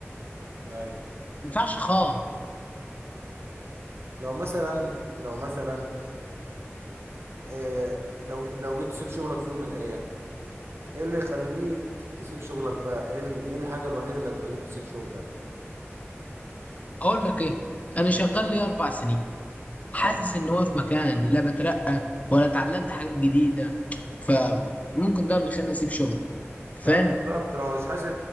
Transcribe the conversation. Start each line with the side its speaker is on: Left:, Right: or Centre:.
Right: ايوه
Left: ينفعش خالص
Right: لو مثلا لو مثلا إيه لو لو جيت تسيب شغلك في يوم من الايام ايه اللي يخليك تسيب شغلك بقى ايه ال- ايه الحاجة الوحيدة اللي هتخليك تسيب شغلك
Left: اقول لك ايه انا
Right: ايوه
Left: شغال لي اربع سنين حاسس
Right: ايوه
Left: ان هو في مكان لا بترقى ولا اتعلمت حاجات جديده فممكن ده اللي خلاني اسيب شغل فاهم
Right: اه بالظبط لو مش حاسس